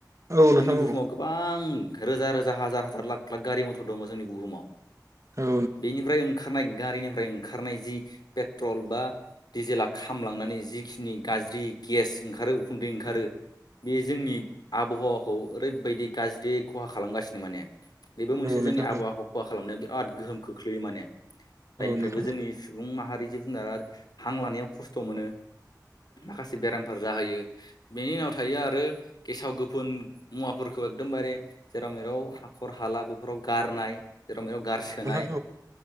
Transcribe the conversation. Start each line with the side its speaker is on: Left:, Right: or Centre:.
Right: औ नोंथां
Left: जोंनि बुहुमाव
Right: औ
Left: गोबां रोजा रोजा हाजार हाजार लाख लाख गारि मथर दङ जोंनि बुहुमाव
Right: औ
Left: बेनिफ्राय ओंखारनाय गारिनिफ्राय ओंखारनाय जि पेट्रल बा डिजेला खामलांनानै जिखिनि गाज्रि गेस ओंखारो उखुन्दै ओंखारो बे जोंनि बहावाखौ ओरैबायदि गाज्रि खहा खालामगासिनो माने बेबो मोनसे जोंनि
Right: नोंथां
Left: आबहावाखौ
Right: औ नोंथां औ
Left: खहा खालामनाय आद गोहोम खोख्लैयो माने जायनिफ्रायबो
Right: नोंथां औ
Left: जोंनि
Right: नोंथां
Left: सुबुं मा हारि जिब जुनारा हां लानायाव खस्थ' मोनो। माखासे बेरामफोर जाहोयो बेनि उनाव थायो आरो गेसाव गो फोन मुवाफोरखौ एकदमबारे जेराव मेराव हाखर हाला बेफोराव गारनाय जेराव मेराव गारसोनाय
Right: औ